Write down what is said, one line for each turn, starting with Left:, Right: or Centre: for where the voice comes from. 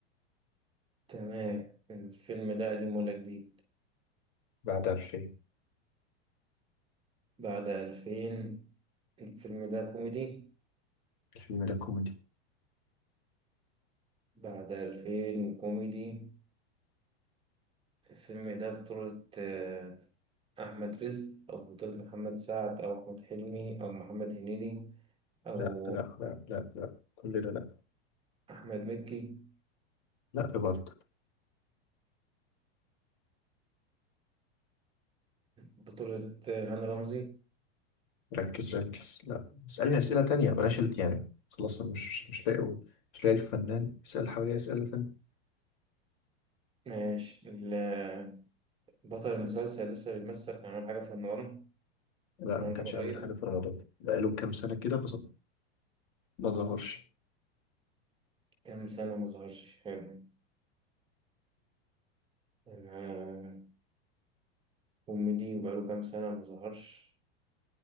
Right: تمام الفيلم ده قديم ولا جديد
Left: بعد ألفين
Right: بعد ألفين الفيلم ده كوميدي
Left: الفيلم ده كوميدي
Right: بعد ألفين وكوميدي الفيلم ده بطولة آه، أحمد رزق أو بطولة محمد سعد أو أحمد حلمي أو محمد هنيدي أو
Left: لا لا لا لا لا كل ده لا
Right: أحمد مكي
Left: لا إيه برضه
Right: بطولة آه، هاني رمزي
Left: ركز ركز لا اسألني أسئلة تانية بلاش ال- يعني خلاص أنا مش مش مش لاقي مش لاقي الفنان بيسأل حواليه أسئلة تانية
Right: ماشي ال- آه، بطل المسلسل لسه بيمثل كان عامل حاجة في رمضان
Left: لا
Right: كان
Left: ما
Right: عامل
Left: كانش
Right: حاجة قريب
Left: يعمل حاجة في رمضان بقاله كام سنة كده فص- ما ظهرش
Right: كام سنة ما ظهرش حلو آه، كوميدي وبقاله كام سنة ما ظهرش